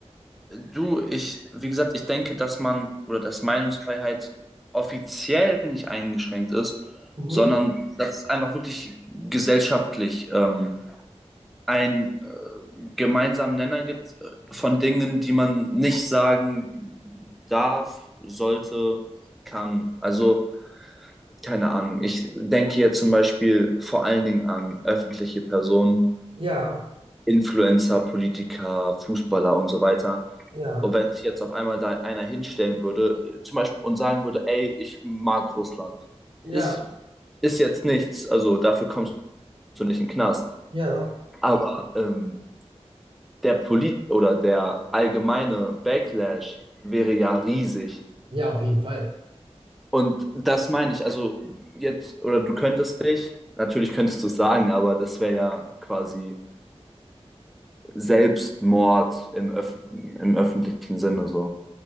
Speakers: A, in the centre; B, on the right.
A: Du, ich, wie gesagt, ich denke, dass man oder dass Meinungsfreiheit offiziell nicht eingeschränkt ist,
B: Mhm.
A: sondern dass es einfach wirklich gesellschaftlich ähm, einen äh, gemeinsamen Nenner gibt äh, von Dingen, die man nicht sagen darf, sollte, kann. Also, keine Ahnung. Ich denke hier zum Beispiel vor allen Dingen an öffentliche Personen,
B: Ja,
A: Influencer, Politiker, Fußballer und so weiter
B: ja,
A: und wenn sich jetzt auf einmal da einer hinstellen würde, äh, zum Beispiel und sagen würde, ey, ich mag Russland,
B: ja,
A: ist, ist jetzt nichts, also dafür kommst du nicht in den Knast.
B: ja.
A: Aber ähm, der Polit oder der allgemeine Backlash wäre ja riesig.
B: Ja, auf jeden Fall.
A: Und das meine ich, also jetzt, oder du könntest dich, natürlich könntest du es sagen, aber das wäre ja quasi Selbstmord im, Öff im öffentlichen Sinne so.